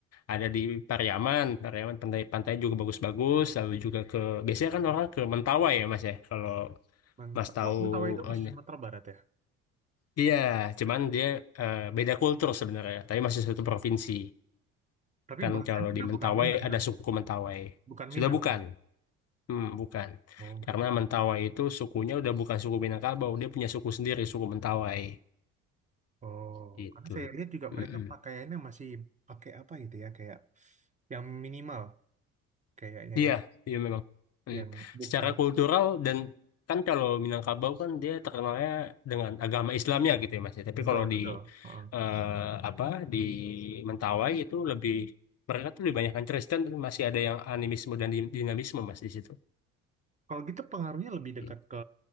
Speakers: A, on the left (about 40°); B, on the right (about 20°).
A: ada di Pariaman. Pariaman pantai pantai juga bagus-bagus, lalu juga ke biasanya kan orang ke Mentawai ya, Mas ya. Kalau
B: Manta-
A: Mas tahu
B: Oh, Mentawai itu masih
A: eh,
B: Sumatera Barat ya?
A: Iya, cuman dia eh, beda kultur sebenarnya, tapi masih satu provinsi.
B: Tapi
A: Kan
B: bahasanya
A: kalau
B: udah
A: di Mentawai
B: bukan Minang
A: ada
B: kan?
A: suku Mentawai.
B: Bukan
A: Sudah
B: Minang.
A: bukan? Hmm, bukan.
B: Oh,
A: Karena
B: gitu.
A: Mentawai itu sukunya udah bukan suku Minangkabau, dia punya suku sendiri, suku Mentawai.
B: Oh,
A: Itu.
B: karena saya lihat juga
A: Mm-mm.
B: mereka pakaiannya masih pakai apa gitu ya, kayak yang minimal kayaknya
A: Iya,
B: ya,
A: iya memang. Mm.
B: yang bukan.
A: Secara kultural dan kan kalau Minangkabau kan dia terkenalnya dengan agama Islamnya gitu ya Mas. ya. Tapi
B: Betul,
A: kalau
B: betul.
A: di
B: Heeh.
A: eh, apa di Mentawai itu lebih mereka tuh lebih banyak Kristen tapi masih ada yang animisme dan din- dinamisme Mas di situ.
B: Kalau gitu pengaruhnya lebih dekat
A: Gitu.
B: ke